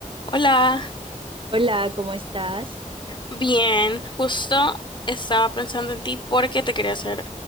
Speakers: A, on the left (about 35°); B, on the right (about 40°).
A: Hola,
B: Hola, ¿cómo estás?
A: bien, justo estaba pensando en ti porque te quería hacer